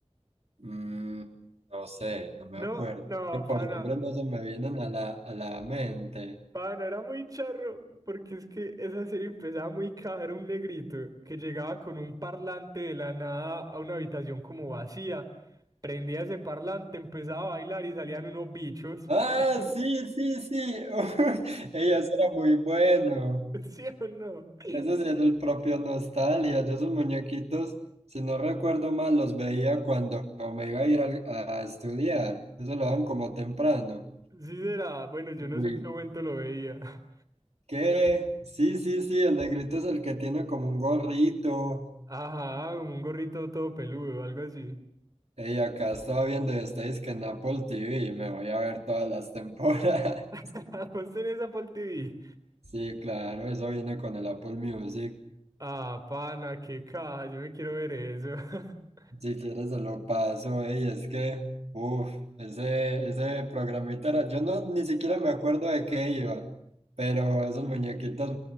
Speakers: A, on the right; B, on the right.
A: Mm, no sé, no me
B: No,
A: acuerdo.
B: no,
A: Es que por
B: pana.
A: nombres no se me vienen a la, a la mente.
B: Pana, era muy charro, porque es que esa serie empezaba muy caja, era un negrito que llegaba con un parlante de la nada a una habitación como vacía, prendía ese parlante, empezaba a bailar y salían unos bichos.
A: Ah,
B: <laughs>
A: sí, sí, sí. <laughs> Uy, ey, eso era muy bueno.
B: ¿Sí o no? Sí
A: Ese sí es el propio Nostalgia. Yo esos muñequitos, si no recuerdo mal, los veía cuando me iba a ir al- a, estudiar. Eso lo dan como temprano.
B: será, bueno, yo no
A: Uy,
B: sé en qué momento lo veía.
A: ¿qué? Sí, sí, sí, el negrito es el que tiene como un gorrito.
B: Ajá, como un gorrito todo peludo o algo así.
A: Y acá estaba viendo, estáis que en Apple TV, me voy a ver todas las temporadas.
B: <laughs>
A: <laughs>
B: ¿Vos tenés Apple TV?
A: Sí, claro, eso viene con el Apple Music.
B: Ah, pana, qué caja, yo me quiero ver eso. <laughs>
A: Si quieres se lo paso, ey, es que, uff, ese, ese programita era, yo no ni siquiera me acuerdo de qué iba, pero esos muñequitos,